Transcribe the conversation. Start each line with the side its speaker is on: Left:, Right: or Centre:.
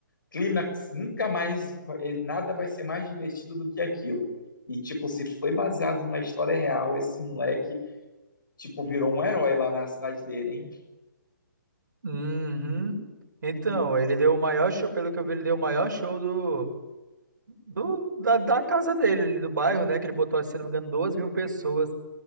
Left: clímax, nunca mais, vai- nada vai ser mais divertido do que aquilo. E, tipo, se foi baseado numa história real, esse moleque, tipo, virou um herói lá na cidade dele, hein?
Right: Uhum. Então,
Left: E
Right: ele deu o maior show, pelo que eu vi, ele deu o maior show do, do da, da casa dele, ali do bairro, né? Que ele botou, se não me engano, 2 mil pessoas.